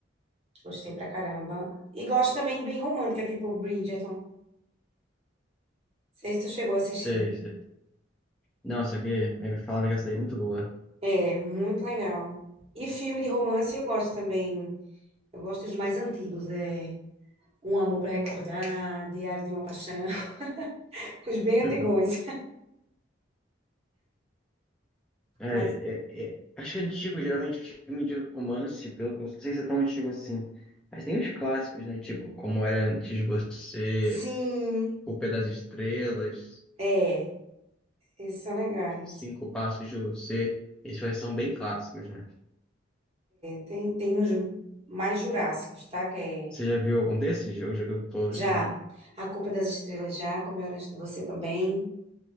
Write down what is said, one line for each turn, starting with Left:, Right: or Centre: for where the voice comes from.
Right: Gostei pra caramba. E gosto também de bem romântica, tipo Bridgerton. Não sei se tu chegou a assistir.
Centre: Sei, sei. Não, só que eh, me falaram que essa daí é muito boa.
Right: É muito legal. E filme de romance eu gosto também. Eu gosto dos mais antigos, é Um Amor para Recordar, Diário de uma Paixão, <laughs> os bem antigões.
Centre: <laughs>
Right: <laughs>
Centre: É,
Right: Mas
Centre: é, é. Acho que é antigo, geralmente, filme de romance, pelo que eu não sei se é tão antigo assim. Mas tem os clássicos, né? Tipo, Como Era Antes de Você,
Right: sim,
Centre: O Pé das Estrelas.
Right: é, esses são legais.
Centre: Cinco Passos de Você. Esses dois são bem clássicos, né?
Right: Tem, tem uns mais jurássicos, tá? Que é
Centre: Você já viu algum desses? Eu já viu todos
Right: já
Centre: também?
Right: A Culpa das Estrelas, já, Como Eu Era Antes de Você também.